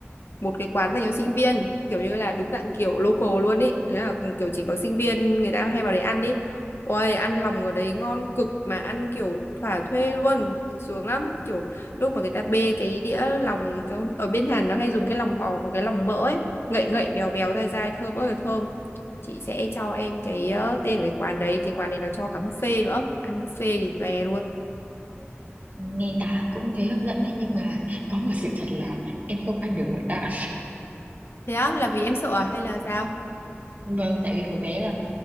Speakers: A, on the left; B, on the right.
A: một cái quán dành cho sinh viên kiểu như là đúng dạng kiểu local luôn ý đấy là ừ, kiểu chỉ có sinh viên người ta hay vào đấy ăn ý ôi ăn lòng ở đấy ngon cực mà ăn kiểu thỏa thuê luôn sướng lắm kiểu lúc mà người ta bê cái đĩa lòng cái- ở bên Hàn nó hay dùng cái lòng bò có cái lòng mỡ ấy ngậy ngậy béo béo dai dai thơm ơi là thơm chị sẽ cho em cái ờ, tên của cái quán đấy cái quán này nó cho cả buffet nữa ăn buffet thì tòe luôn
B: nghe tả cũng thấy hấp dẫn ấy nhưng mà có một sự thật là em không ăn được nội tạng
A: thế á là vì em sợ à hay là sao
B: Vâng, tại vì hồi bé là